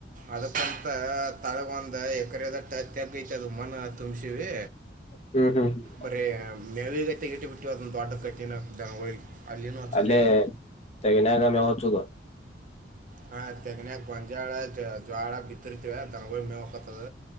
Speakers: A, on the right; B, on the left.
A: ಅದಕ್ಕಂತ ತಳ ಬಂದ ಎ ತ ಕರೆದಟ್ಟ ತೆಗ್ತ ಅದು ಮನ ತುಂಬಸವಿ
B: ಹ್ಮ್ ಹ್ಮ್ ಹ್ಮ್
A: ಬರೀ ನೆವೀಗತೆ ಇಟಬಟ್ಟ ತ ದೊಡ್ಡ ಕಟ್ಟಿನ ಜನಗಳ ಅಲ್ಲಿನು ಹಚ್ಚುದೆಲ್ಲ
B: ಅಲ್ಲೇ ತೆಗನ್ಯಾಗ ಮೇವ್ ಹಚ್ಚುದು
A: ಹಾ ತೆಗನ ಗಂಜಾ ಆಳ ಜ್ವಾಳ ಬಿತ್ತರ್ತವ ದನಗಳ ಮೇವ ಹಕತದ